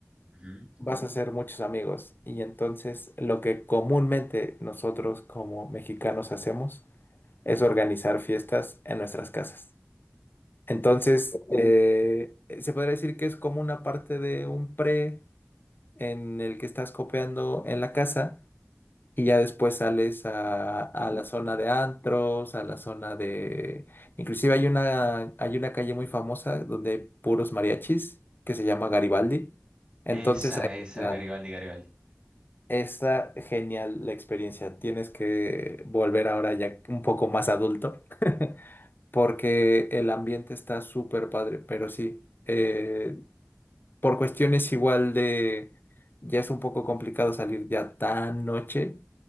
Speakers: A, on the right; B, on the left.
A: Ujú.
B: vas a hacer muchos amigos. Y entonces lo que comúnmente nosotros como mexicanos hacemos es organizar fiestas en nuestras casas. Entonces, eh, se podría decir que es como una parte de un pre en el que estás copiando en la casa y ya después sales a, a la zona de antros, a la zona de... Inclusive hay una, hay una calle muy famosa donde hay puros mariachis que se llama Garibaldi. Entonces
A: Esa,
B: ahí
A: esa,
B: la-
A: Garibaldi, Garibaldi.
B: está genial la experiencia. Tienes que volver ahora ya un poco más adulto <laughs> porque el ambiente está súper padre, pero sí, eh, por cuestiones igual de, ya es un poco complicado salir ya tan noche,